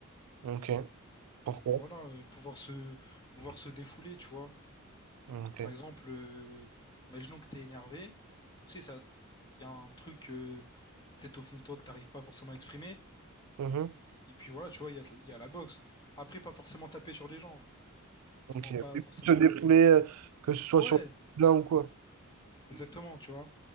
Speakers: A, on the right; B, on the left.
A: Ok. Pourquoi?
B: Voilà, euh, pouvoir se, pouvoir se défouler, tu vois.
A: Ok.
B: Par exemple, euh, imaginons que tu es énervé, tu sais, ça, il y a un truc euh, peut-être au fond de toi que t'arrives pas forcément à exprimer.
A: Mhm.
B: Et puis voilà, tu vois, il y a, il y a la boxe. Après, pas forcément taper sur les gens.
A: Ok.
B: Enfin,
A: Et
B: pas forcément.
A: se défouler, euh, que ce soit
B: Ouais,
A: sur l'un ou quoi?
B: exactement, tu vois.